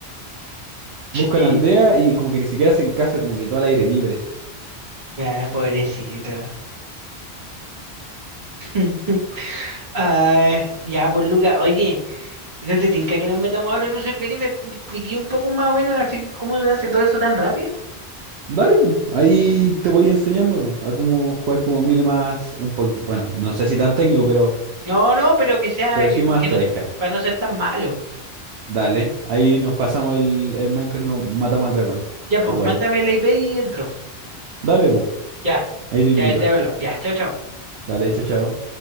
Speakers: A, on the right; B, on the right.
A: Buscan
B: y
A: aldea y como que ni siquiera hacen casa, como que todo al aire libre.
B: ya, pobrecito. <laughs> Ay, ya, pues Luca, oye, ¿y ¿no te tinca que nos metamos ahora en un servidor y me expliqué un poco más o menos así cómo se hace todo eso tan rápido?
A: Dale, pum. Ahí te voy enseñando, pum, a cómo jugar como mire más un poquito. Bueno, no sé si tan técnico, pero,
B: No, no, pero que sea,
A: pero
B: que,
A: sí más
B: que
A: tryhard.
B: no, para no ser tan malo.
A: Dale. Ahí nos pasamos el, el Minecraft, nos matamos al dragón.
B: Ya, pues,
A: Igual.
B: mándame la IP y entro.
A: Dale, pum.
B: Ya,
A: Ahí te invito.
B: ya te hablo. Ya, chao, chao.
A: Dale, chao, chao.